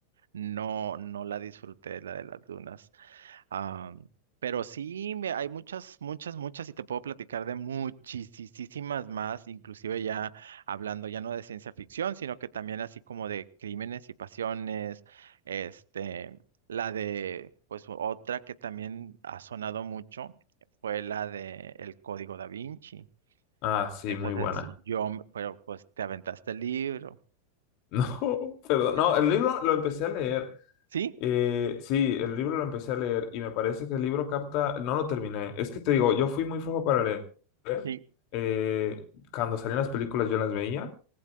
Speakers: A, on the right; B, on the left.
A: no, no la disfruté, la de las dunas. Ah, pero sí, me- hay muchas, muchas, muchas y te puedo platicar de muchísimas más, inclusive ya hablando ya no de ciencia ficción, sino que también así como de crímenes y pasiones, este, la de, pues otra que también ha sonado mucho fue la de El Código Da Vinci.
B: Ah, sí,
A: Entonces
B: muy buena.
A: yo, m- pero pues te aventaste el libro.
B: <laughs> No, perdón.
A: Eh,
B: No, el libro lo empecé a leer.
A: ¿Sí?
B: Eh, sí, el libro lo empecé a leer y me parece que el libro capta... No lo terminé. Es que te digo, yo fui muy flojo para leer.
A: Sí,
B: Eh, cuando salían las películas yo las veía.